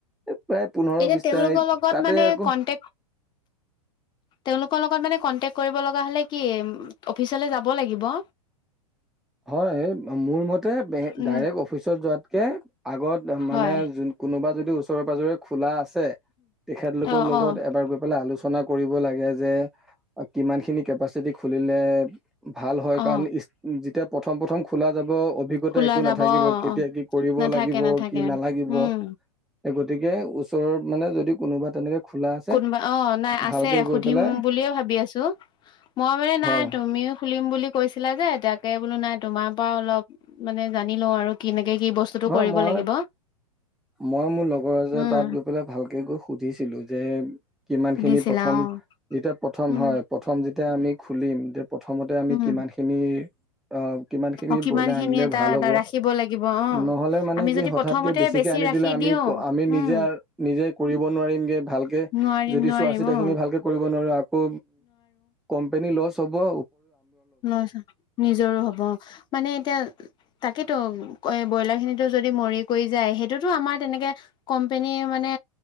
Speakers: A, in the centre; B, on the left (about 25°).
A: প্ৰায় পোন্ধৰ
B: এতিয়া
A: বিচটা
B: তেওঁলোকৰ লগত
A: তাতে
B: মানে
A: আকৌ।
B: কন্টেক তেওঁলোকৰ লগত মানে কণ্টেকট কৰিব লগা হ'লে কি অফিচলৈ যাব লাগিব?
A: হয় মোৰ মতে
B: উম
A: ডাইৰেক্ট অফিচত যোৱাতকে আগত মানে
B: হয়
A: যোন কোনোবা যদি ওচৰে পাজৰে খোলা আছে তেখেতলোকৰ
B: অ
A: লগত
B: অ
A: এবাৰ গৈ পেলাই আলোচনা ৰচনা কৰিব লাগে যে কিমান খিনি কেপাচিটি খুলিলে ভাল হয়
B: অ
A: কাৰণ পঠম পঠম খোলা জাব অভিজ্ঞতা
B: খোলা
A: একো
B: যাব
A: নাথাকিব
B: অ
A: কেতিয়া
B: অ
A: কি কৰিব
B: নাথাকে
A: লাগিব,
B: নাথাকে
A: কি নালাগিব,
B: উম
A: গতিকে ওচৰৰত মানে যদি কোনোবা তেনেকে খোলা আছে
B: কোনোবা অ নাই আছে
A: ভালকে
B: সুধিম
A: গৈ পেলাই
B: বুলিয়ে ভাবি আছো মই মানে নাই
A: হয়
B: তুমিও খুলিম বুলি কৈছিলা যে এ তাকে বোলো নাই তোমাৰ পৰা অলপ মানে জানি লও আৰু কিনে <unintelligible> বস্তুতটো
A: হয়
B: কৰিব
A: মই
B: লাগিব।
A: মই মোৰ লগৰ এজ
B: উম
A: তাত গৈ পেলাই ভালকে গৈ সুধিছিলো যে <unintelligible> কিমান
B: সুধিছিলা
A: খিনি প্ৰথম
B: অ
A: যেতিয়া প্ৰথম
B: উম
A: হয় প্ৰথম যে তেতিয়া আমি খুলিময়া প্ৰথমতে আমি
B: উম
A: কিমানখিনি অ, কিমান খিনি
B: অ কিমান
A: ব্ৰইলাৰ
B: খিনি
A: আনিলে
B: এটা
A: ভাল
B: এটা
A: হব।
B: ৰাখিব লাগিব অ
A: নহলে মানে
B: আমি
A: কি
B: যদি
A: হঠাৎকে
B: প্ৰথমতে
A: বেছি ঠিকে আনি
B: ৰাখি
A: দিলে আমি
B: দিওঁ
A: আমি নিজে
B: উম
A: নিজে কৰিব নোৱাৰিমগে ভালকে
B: নোৱাৰিম
A: যদি
B: নোৱাৰিম
A: চোৱা চিতাখিনি
B: অ
A: ভালকে কৰিব নোৱাৰো আকৌ কোম্পনী লছ। হবও।
B: লচ নিজৰো হব, মানে এতিয়া? তাকেতো ব্ৰইলাৰ খিনিতো যদি মৰি কৰি যায়, সেইটোতো আমাৰ তেনেকে কম্পেনীয়ে মানে